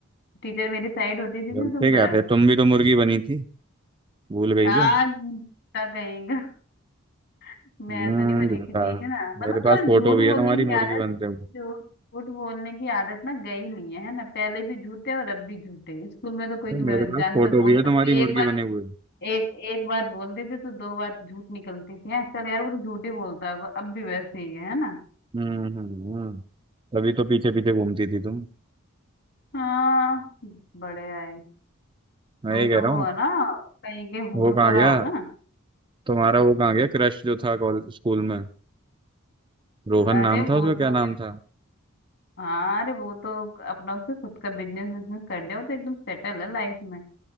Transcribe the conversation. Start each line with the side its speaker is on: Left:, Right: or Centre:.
Left: टीचर मेरी साइड होती थी
Right: बोलते
Left: तो बस
Right: क्या थे तुम भी तो मुर्गी बनी थी भूल गई
Left: हाँ
Right: क्या
Left: का कहेगा <laughs> मैं
Right: हम्म
Left: तो नहीं बनी
Right: बता
Left: थी ठीक है ना मतलब
Right: मेरे
Left: तुम्हारी
Right: पास फोटो
Left: झूठ
Right: भी
Left: बोलने
Right: है तुम्हारी
Left: की
Right: मुर्गी
Left: आदत
Right: बनते हुए
Left: झूठ झूठ बोलने की आदत ना गई नहीं है है ना पहले भी झूठे और अब भी झूठे स्कूल में तो कोई
Right: अरे,
Left: तुम्हें
Right: मेरे पास
Left: जानता
Right: फोटो
Left: बोलता
Right: भी है तुम्हारी
Left: कोई एक
Right: मुर्गी
Left: बात
Right: बने हुए
Left: एक एक बात बोलते थे तो दो बात झूठ निकलती थी हैं चल यार वो तो झूठ ही बोलता होगा अब भी वैसे ही है है ना
Right: हम्म हम्म हम्म। तभी तो पीछे पीछे घूमती थी तुम
Left: हाँ बड़े आए
Right: मैं
Left: तुम
Right: ये कह
Left: तो
Right: रहा
Left: वो
Right: हूँ
Left: हो ना कहीं के हूर
Right: वो कहाँ
Left: परा
Right: गया
Left: हो ना
Right: तुम्हारा वो कहाँ गया क्रश जो था कॉल- स्कूल में रोहन
Left: अरे
Right: नाम
Left: वो
Right: था उसका
Left: तो
Right: क्या नाम था
Left: हाँ अरे वो तो अपना उसका खुद का बिजनेस बिजनेस कर लिया वो तो एकदम सेटल है लाइफ में